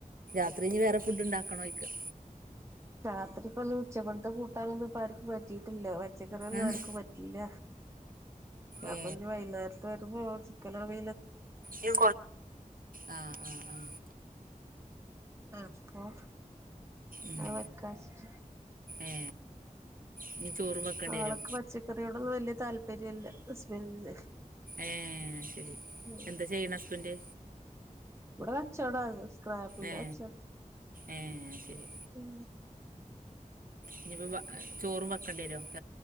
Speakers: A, on the right; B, on the right.
A: അത്രയും ഇഞ്ഞ് വേറെ ഫുഡ് ഉണ്ടാക്കണോഴിക്കുക
B: രാത്രി ഇപ്പൊ ഒന്ന് ഉച്ചപ്പളത്തെ കൂട്ടാനൊന്ന ഇപ്പ ആർക്കും പറ്റിയിട്ടില്ല പച്ചക്കറികൊന്നും
A: ആഹ്
B: ആർക്കും പറ്റില്ല
A: ഏ
B: അപ്പൊ വൈകുന്നേരത്ത് വരുമ്പോ കല വ
A: ഇ ആ ഉ ഉ
B: അപ്പൊ
A: ഉം
B: അത് വെക്കഷ്ട
A: ഏ ഇനി ചോറും വെക്കേണ്ടി
B: ആൾക്ക്
A: വരോ
B: പച്ചക്കറിയോടൊന്നും വല്യ താല്പര്യം ഇല്ല ഹസ്ബന്
A: ഏ ശരി
B: ഉ
A: എന്താ ചെയ്യണ ഹസ്ബൻഡ്
B: ഇവിടെ കച്ചവട ക പില്ലഛ
A: ഏ ഏ ശരി
B: ഉ
A: ഇനിയിപ്പോ ചോറും വെക്കേണ്ടി വമോ